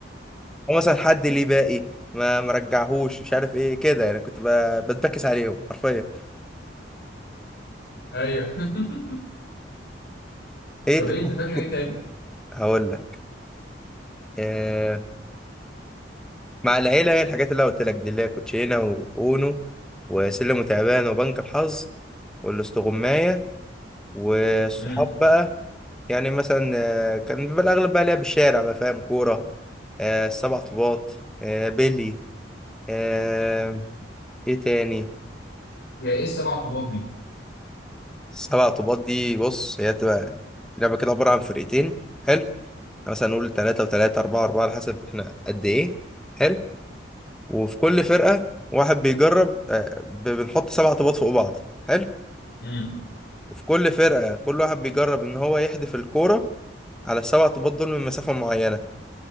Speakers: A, in the centre; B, on the left.
A: او مثلا حد ليه باقي ما مرجعهوش مش عارف ايه كده يعني كنت ب- بتبكس عليهم حرفيا
B: ايوه <laughs>
A: ايه
B: طب
A: ت-
B: ايه انت فاكر
A: <laughs>
B: ايه تاني؟
A: هقول لك آه مع العيله هي الحاجات اللي أنا قلت لك دي اللي هي كوتشينه واونو وسلم وتعبان وبنك الحظ والاستغمايه والصحاب
B: امم
A: بقى يعني مثلا آه، كان بيبقى الأغلب بقى لعب الشارع بقى فاهم كورة آه، السبع طوبات آه، بيلي آه، إيه تاني
B: يا ايه السبع طوبات دي؟
A: السبع طوبات دي بص هي بتبقى لعبة كده عبارة عن فرقتين حلو مثلا نقول تلاتة وتلاتة أربعة أربعة على حسب إحنا قد إيه حلو وفي كل فرقة واحد بيجرب آه، ب- بنحط سبع طوبات فوق بعض حلو
B: امم
A: وفي كل فرقة كل واحد بيجرب إن هو يحدف الكورة على السبع طوبات دول من مسافة معينة